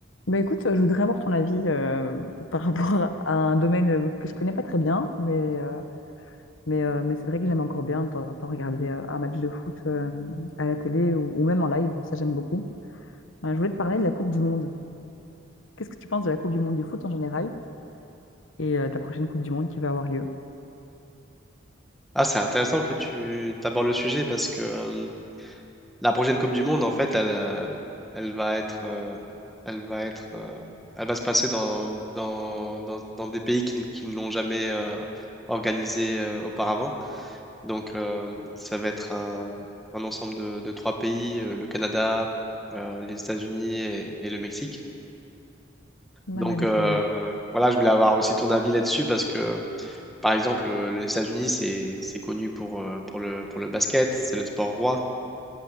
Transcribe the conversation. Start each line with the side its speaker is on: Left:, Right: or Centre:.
Left: Bah écoute, je voudrais avoir ton avis euh, <laughs> par rapport à un domaine euh, que je connais pas très bien, mais, euh, mais, euh, mais c'est vrai que j'aime encore bien de temps en temps regarder euh, un match de foot euh, à la télé ou, ou même en live, ça j'aime beaucoup. Euh, je voulais te parler de la Coupe du Monde. Qu'est-ce que tu penses de la Coupe du Monde du foot en général et euh, de la prochaine Coupe du Monde qui va avoir lieu?
Centre: Ah, c'est intéressant que tu abordes le sujet parce que euh, la prochaine Coupe du Monde, en fait, elle, euh, elle va être, euh, elle va être, euh, elle va se passer dans, dans, dans, dans des pays qui, ne qui ne l'ont jamais euh, organisée euh, auparavant. Donc, euh, ça va être un, un ensemble de, de trois pays, euh, le Canada, euh, les États-Unis et, et le Mexique.
Left: Ah
Centre: Donc,
Left: oui, d'accord,
Centre: euh,
Left: ouais.
Centre: voilà, je voulais avoir aussi ton avis là-dessus parce que par exemple, euh, les États-Unis, c'est c'est connu pour, euh, pour le, pour le basket, c'est le sport roi.